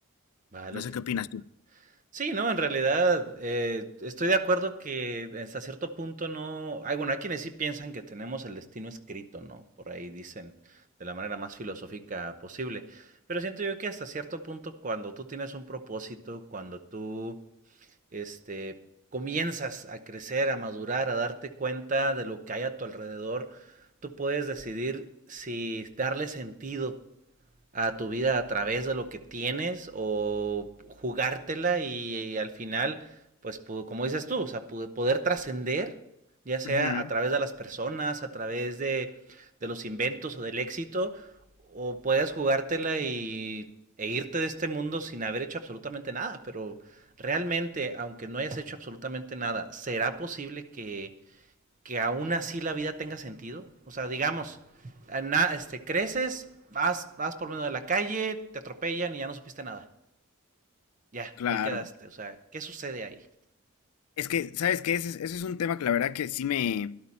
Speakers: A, on the right; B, on the left.
A: Vale,
B: No
A: te
B: sé qué
A: entiendo.
B: opinas tú.
A: Sí, no, en realidad eh, estoy de acuerdo que hasta cierto punto no. Hay, bueno, hay quienes sí piensan que tenemos el destino escrito, ¿no? Por ahí dicen de la manera más filosófica posible. Pero siento yo que hasta cierto punto, cuando tú tienes un propósito, cuando tú este, comienzas a crecer, a madurar, a darte cuenta de lo que hay a tu alrededor, tú puedes decidir si darle sentido a tu vida a través de lo que tienes o jugártela y, y al final, pues como dices tú, o sea, poder trascender, ya sea
B: Ujú,
A: a través de las personas, a través de, de los inventos o del éxito, o puedes jugártela y, e irte de este mundo sin haber hecho absolutamente nada, pero realmente, aunque no hayas hecho absolutamente nada, ¿será posible que que aún así la vida tenga sentido. O sea, digamos, na- este, creces, vas, vas por medio de la calle, te atropellan y ya no supiste nada. Ya,
B: claro.
A: ahí quedaste. O sea, ¿qué sucede ahí?
B: Es que, ¿sabes qué? Ese, es- ese es un tema que la verdad que sí me,